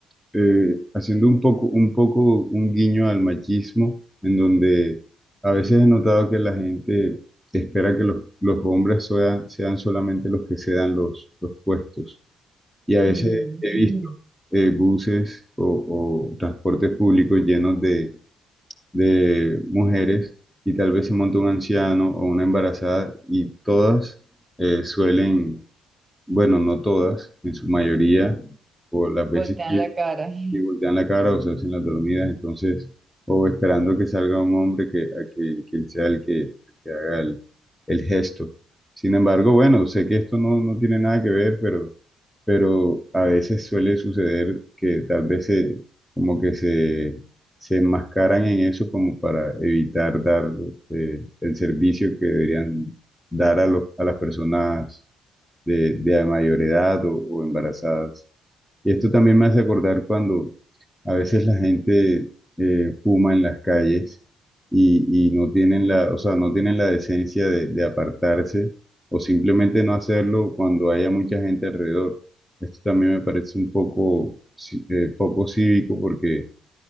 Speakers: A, in the centre; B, on the right.
A: eh, haciendo un poco, un poco un guiño al machismo, en donde a veces he notado que la gente espera que los, los hombres sea- sean solamente los que cedan los, los puestos. Y a
B: Mm.
A: veces he visto
B: <laughs>
A: eh, buses o, o transportes públicos llenos de de mujeres y tal vez se monta un anciano o una embarazada y todas eh, suelen, bueno, no todas, en su mayoría, o las veces
B: Voltean
A: que
B: la cara. <laughs>
A: si voltean la cara o se hacen las dormidas, entonces, o esperando que salga un hombre que, a que, que él sea el que, el que haga el, el gesto. Sin embargo, bueno, sé que esto no, no tiene nada que ver, pero, pero a veces suele suceder que tal vez se, como que se, se enmascaran en eso como para evitar dar eh, el servicio que deberían dar a, los, a las personas de, de mayor edad o o embarazadas. Y esto también me hace acordar cuando a veces la gente eh, fuma en las calles y, y no tienen la, o sea, no tienen la decencia de, de apartarse o simplemente no hacerlo cuando haya mucha gente alrededor. Esto también me parece un poco, ci- eh, poco cívico porque